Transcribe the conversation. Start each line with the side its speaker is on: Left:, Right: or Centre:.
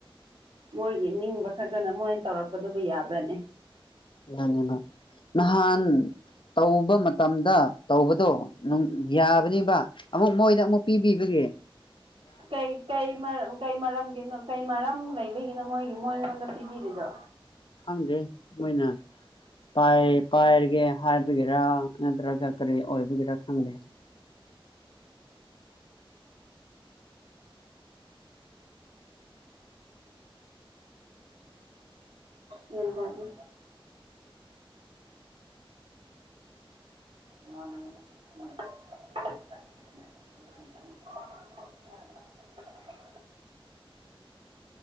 Right: ꯃꯣꯏꯒꯤ ꯅꯤꯡꯕ ꯈꯛꯇꯅ ꯃꯣꯏꯅ ꯇꯧꯔꯛꯄꯗꯨꯕꯨ ꯌꯥꯕ꯭ꯔꯅꯦ
Left: ꯕ ꯅꯍꯥꯟ ꯇꯧꯕ ꯃꯇꯝꯗ ꯇꯧꯕꯗꯣ ꯌꯥꯕꯅꯦꯕ ꯑꯃꯨꯛ ꯃꯣꯏꯗ ꯑꯃꯨꯛ ꯄꯤꯕꯤꯕꯒꯤꯦ
Right: ꯩ ꯀꯩ ꯃꯔꯝ ꯀꯩ ꯃꯔꯝꯒꯤꯅꯣ ꯀꯩ ꯃꯔꯝ ꯂꯩꯕ ꯑꯩꯒꯤꯅ ꯃꯣꯏꯒꯤ ꯃꯣꯏꯉꯣꯟꯗ ꯄꯤꯕꯤꯔꯤꯗꯣ
Left: ꯍꯪꯗꯦ ꯃꯣꯏꯅ ꯄꯥꯏ ꯄꯥꯏꯔꯒꯦ ꯍꯥꯏꯕꯒꯤꯦꯔꯥ ꯅꯠꯇ꯭ꯔꯒ ꯀꯔꯤ ꯑꯣꯏꯕꯒꯤꯦꯔ ꯐꯪꯗ
Right: ꯌꯦ ꯑꯗꯨ ꯃꯥ ꯎꯝ <unintelligible>
Left: <unintelligible>